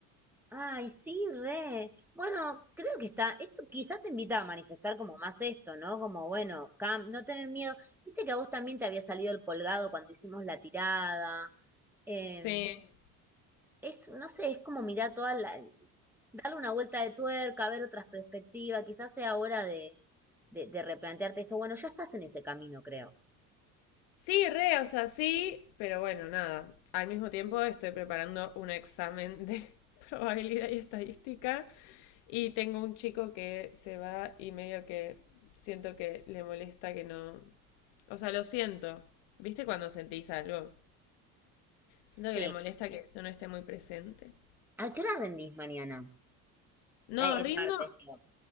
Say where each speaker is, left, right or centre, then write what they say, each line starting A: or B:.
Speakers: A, in the centre; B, on the left.
A: Ay, sí, re. Bueno, creo que está. Esto quizás te invita a manifestar como más esto, ¿no? Como, bueno, Cam, no tener miedo. Viste que a vos también te había salido el colgado cuando hicimos la tirada. Em,
B: Sí.
A: es, no sé, es como mirar toda la, darle una vuelta de tuerca, ver otras perspectivas. Quizás sea hora de, de, de replantearte esto. Bueno, ya estás en ese camino, creo.
B: Sí, re, o sea, sí, pero bueno, nada. Al mismo tiempo estoy preparando un examen de <laughs> probabilidad y estadística y tengo un chico que se va y medio que siento que le molesta que no... O sea, lo siento. ¿Viste cuando sentís algo? Siento
A: Sí.
B: que le molesta que yo no esté muy presente.
A: ¿A qué hora rendís mañana? Eh,
B: No, rindo
A: el martes, digo.